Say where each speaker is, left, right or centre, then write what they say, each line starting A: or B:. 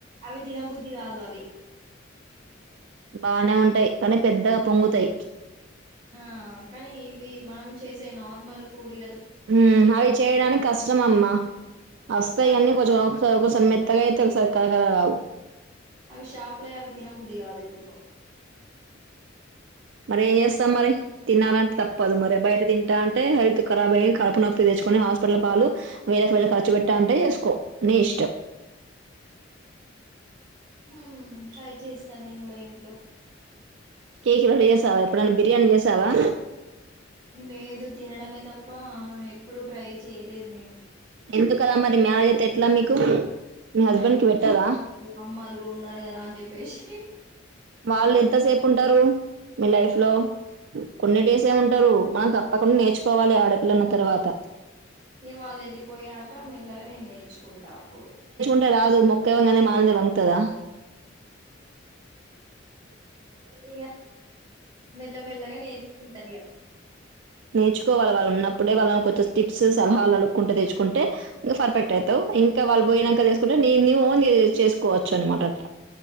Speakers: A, on the right; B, on the right.
A: అవి తిన బుద్ధి కాదు అవి
B: బానే ఉంటాయ్ కానీ పెద్దగా పొంగుతయ్
A: ఆ కానీ ఇవి మనం చేసే నార్మల్ పూరీ
B: హ్మ్ అవి చేయడానికి కష్టం అమ్మ వస్తాయి
A: కష్టం
B: కానీ కొంచెం ఒకొ ఒకొ స
A: బాగుంటాయి.
B: కొంచం మెత్తగా అయితే ఒక కరకర రావు
A: అవి షాప్ల అవి తినబుద్ది కాదు ఎందుకో
B: మరి ఏం చేస్తాం మరి తినాలంటే తప్పదు మరి బయట తింటా అంటే హెల్త్ ఖరాబ్ అయ్ కడుపు నొప్పి తెచ్చుకని హాస్పిటల్ పాలు వేళ్ళ కి వేళ్ళు ఖర్చు పెట్ట అంటే చేస్కో నీ ఇష్టం
A: హ్మ్ ట్రై చేస్తా నేను గూడ ఇంట్లో
B: కేక్ రెడీ చేసావా ఎప్పుడైన్నా బిర్యానీ చేసావా
A: లేదు తినడమే తప్పా ఎప్పుడు ట్రై చేయలేదు నేను
B: ఎందుకలా మరి మ్యారేజ్ అయితే ఎట్లా మీకు మీ హస్బెండ్
A: మా ఇద్దరు
B: కి పెట్టారా
A: అక్కలు అమ్మలు ఉన్నారు కదా అని చెప్పేసి
B: వాళ్ళు
A: నేను
B: ఎంత సేపు ఉంటారు మీ లైఫ్ లో కొన్ని
A: ఇగ
B: డేసే ఉంటరు మనకు త ప్పకుండా నేర్చుకోవాలి ఆడపిల్ల అన్న తర్వాత
A: ఇగ వాళ్లు వెళ్ళిపోయాక మెల్లగా నేన్ నేర్చుకుంటా అప్పుడు
B: <unintelligible> దు మొక్కై వంగనిదే మానైవంగుతదా
A: ఇగ మెల్లమెల్లగా నేర్చుకుంట ఇగ
B: నేర్చుకోవాలి వాళ్ళు ఉన్నప్పుడే వాళ్ళను కొంచెం స్టిప్స్ సలహాలు అడుక్కుంటా తెచ్చుకుంటే నువ్వు పర్ఫెక్ట్ ఐతావ్. ఇంకా వాళ్ళు బోయినాంక చేసుకుంటే నీది నీవు ఓన్ గా చేసుకోవచ్చు అనమాట అట్లా